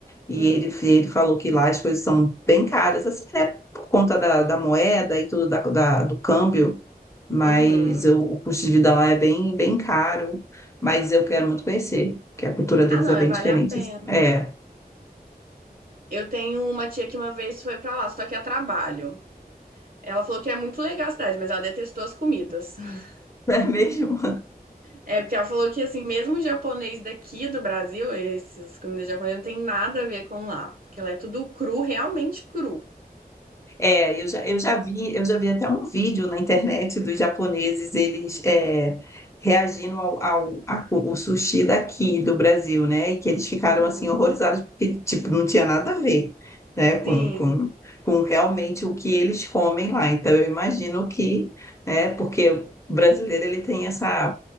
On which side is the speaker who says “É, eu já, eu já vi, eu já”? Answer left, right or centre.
Left